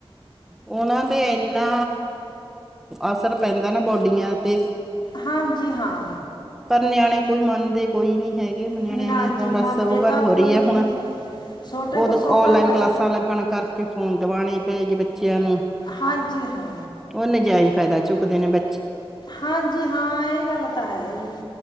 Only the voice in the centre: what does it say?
ਉਹਨਾਂ ਤੇ ਇਨਾ ਅਸਰ ਪੈਂਦਾ ਨਾ ਬੋਡੀਆਂ ਤੇ
ਪਰ ਨਿਆਣੇ ਕੋਈ ਮੰਨਦੇ ਕੋਈ ਨੀ ਹੈਗੇ ਨਿਆਣਿਆਂ
ਨੇ ਤਾਂ
ਬਸ
ਉਹ ਗੱਲ
ਹੋ ਰਹੀ ਹੈ
ਹੁਣ
ਉਦ
ਔਨਲਾਈਨ
ਕਲਾਸਾਂ ਲੱਗਣ ਕਰਰ ਕਿ ਫੋਨ ਦਵਾਉਣੇ ਪਏਗੀ ਬੱਚਿਆਂ ਨੂੰ
ਉਹ ਨਾਜਾਇਜ਼ ਫਾਇਦਾ ਚੁੱਕਦੇ ਨੇ ਬ